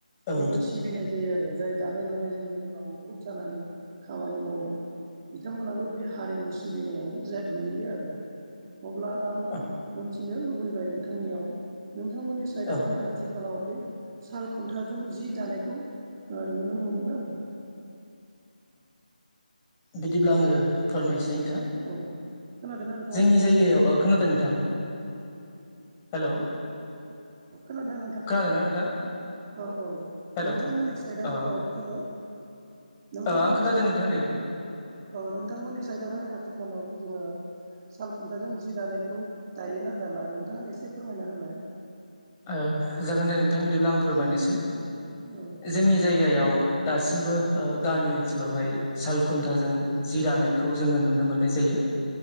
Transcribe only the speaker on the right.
बेबो
सिबिनाय जायो आरो जाय दानाय लुनायजों जेनेबा मुखुब जानानै खामानि मावदों बिथांमोनाबो बे हारिमु सि सिबिनायावनो जा गोलैयो आरो अब्ला आं
मोन नो लुबैबाय नोंथांनियाव नोंथांमोननि साइदआवहाय
आथिखालाव बे साल खुन्था जों जि दानायखौ ओ नुनो मोनोना मोनला
औ खोनादोंना नोंथाङा
खोनादोंना नोंथां
औ औ
नोंथांमोननि
साइदआव
औ हेल' नोंथांमोननि
साइदआवहाय
औ नोंथांमोननि साइदआवहाय आथि लाव जोंङो सालखुन्थाजों जि दानायखौ दायोना दाला नोंथाङा एसे फोरमायना होलाय
औ